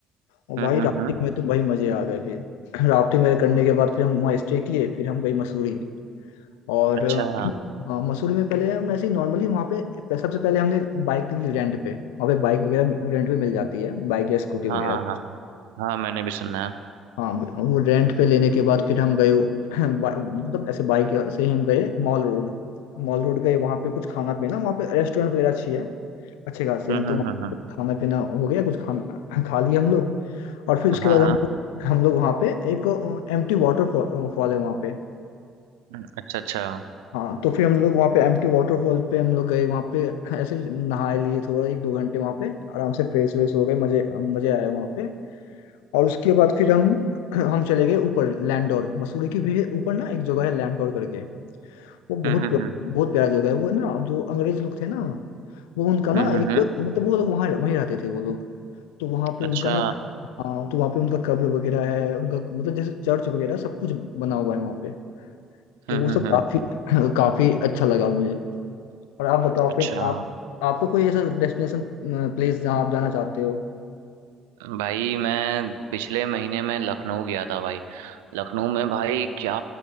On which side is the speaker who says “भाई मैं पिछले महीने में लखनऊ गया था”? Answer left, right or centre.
Right